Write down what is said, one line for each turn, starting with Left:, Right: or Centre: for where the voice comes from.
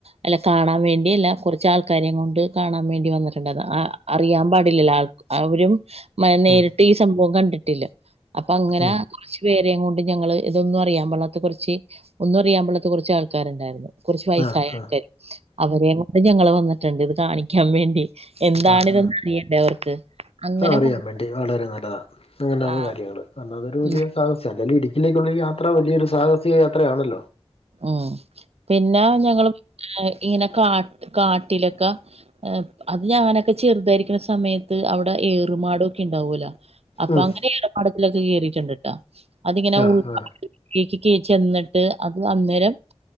Right: അല്ല കാണാൻ വേണ്ടി അല്ല. കുറച്ച് ആൾക്കാരെയും കൊണ്ട് കാണാൻ വേണ്ടി വന്നിട്ടുണ്ടായിരുന്നു. അ അറിയാൻ പാടില്ലല്ലോ ആൾ അവരും മ നേരിട്ട്
Left: ഉം
Right: ഈ സംഭവം കണ്ടിട്ടില്ല അപ്പൊ അങ്ങന
Left: ഉം
Right: കുറച്ച് പേരെയ കൊണ്ട് ഞങ്ങള് ഇതൊന്നും അറിയാൻപള്ളാത്തെ കുറച്ച് ഒന്നറിയൻ പള്ളാത്തെ കുറച്ച് ആൾക്കാരുണ്ടായിരുന്നു കുറച്ച് വയസായട്ട
Left: ആ ആ
Right: അവരെയ കൂടി ഞങ്ങൾ വന്നിട്ടുണ്ട് ഇത് കാണിക്കാൻ വേണ്ടി എന്താണിതന്ന
Left: ആ ആ
Right: അറിയണ്ടേ അവർക്ക് അങ്ങനെ
Left: ആ അറിയൻ
Right: കൊണ്ട്
Left: വേണ്ടി വളരെ നല്ലതാണ് അങ്ങനെയാണ്
Right: ആ.
Left: കാര്യങ്ങൾ അ അതൊരു വലിയ
Right: ഉം.
Left: സാഹസ്യല്ല ഇ ഇതിലേക്കുള്ള യാത്ര വലിയൊരു സാഹസിക യാത്രയാ ആണല്ലോ
Right: ഉ പിന്നെ ഞങ്ങള് ഇങ്ങനെ കാ കാട്ടിലൊക്കെ അത് ഞാനൊക്കെ ചെറുതായിരിക്കുന്ന സമയത്ത് അവിടെ ഏറുമാടൊക്കെ ഉണ്ടാവൂല അപ്പൊ
Left: ഉം
Right: അങ്ങനെ ഏറെമാടത്തിലൊക്കെ കേയറിയിട്ടുണ്ട്ട്ടാ അതിങ്ങനെ
Left: ആ
Right: ഉൾ
Left: ആ
Right: കീക്കക ചെന്നിട്ട് അ അന്നേരം